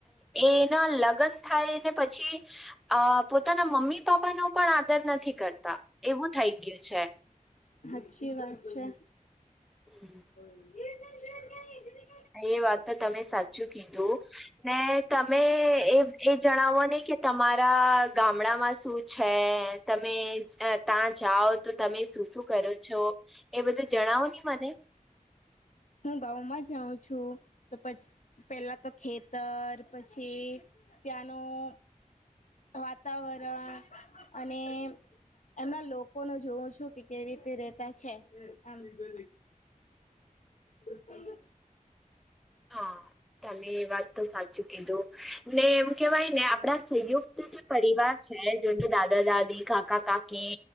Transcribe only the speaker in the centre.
એના લગ્ન થાય ને પછી અ પોતાના મમ્મી પાપાનો પણ આદર નથી કરતા એવું થઈ ગયું છે
<inaudible>
એ વાત તો તમે સાચું કીધું ને તમે એ એ જણાવો નહી કે તમારા ગામડામાં શું છે તમે ત્યાં જાઓ તો તમે શું શું કરો છો એ બધું જણાવો ને મને
હા તમે એ વાત તો સાચી કીધું ને એવું કેવાય ને આ આપણા સંયુક્ત જે પરિવાર છે જેમકે દાદા દાદી કાકા કાકી